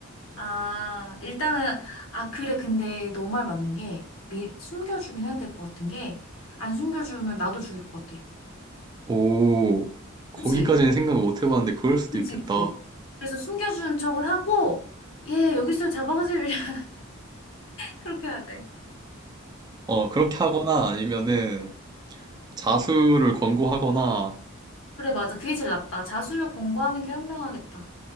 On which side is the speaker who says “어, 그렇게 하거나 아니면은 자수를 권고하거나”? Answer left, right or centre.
Right